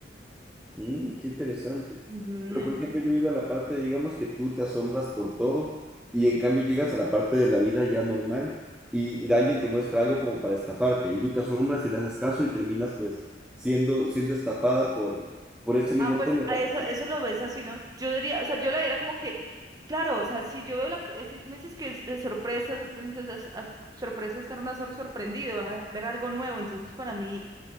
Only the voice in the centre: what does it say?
Mm, qué interesante.
Pero,
por ejemplo, yo iba a la parte, digamos que tú te asombras por todo y en cambio llegas a la parte de la vida ya normal y, y alguien te muestra algo como para estafarte y tú te asombras y le haces caso y terminas pues siendo, siendo estafada por, por ese mismo
tema. que
te-